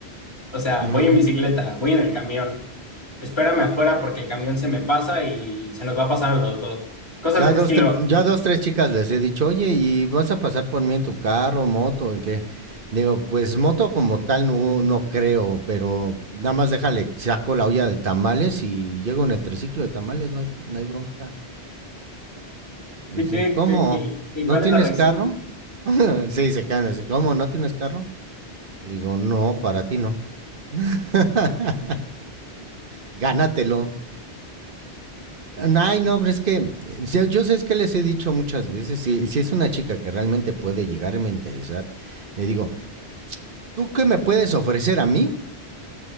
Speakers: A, on the left; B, on the right.
A: O sea,
B: ujú.
A: voy en bicicleta, voy en el camión. Espérame afuera porque el camión se me pasa y se nos va a pasar a los dos. Cosas
B: Ya
A: de ese
B: dos,
A: estilo.
B: tres, yo dos, tres chicas les he dicho, oye, ¿y vas a pasar por mí en tu carro, moto, en qué? Digo, pues moto como tal no, no creo, pero nada más déjale, saco la olla de tamales y llego en el triciclo de tamales, no hay, no hay bronca. Y
A: ¿Y
B: dicen,
A: qué,
B: ¿cómo?
A: qué- qué- y
B: ¿No
A: cuál
B: tienes
A: es la reacción?
B: carro? <laughs> Sí, se caen así, ¿cómo? ¿No tienes carro? Le digo, no, para ti no. <laughs> Gánatelo. Ay, no, pero es que yo yo sé es que les he dicho muchas veces, si, si es una chica que realmente puede llegarme a interesar, le digo, ¿tú qué me puedes ofrecer a mí